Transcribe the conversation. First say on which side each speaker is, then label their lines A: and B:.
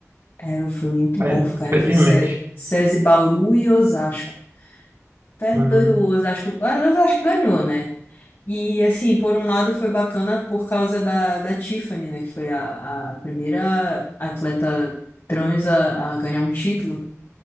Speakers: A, on the left; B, on the right.
A: É, foi muito
B: mas,
A: bom, cara.
B: infelizmente.
A: Foi Ce- SESI Bauru e Osasco. Até
B: Hum,
A: doido, o Osasco, ah, o Osasco ganhou, né? E, assim, por um lado foi bacana por causa da, da Tiffany, né? Que foi a, a primeira atleta trans a, a ganhar um título.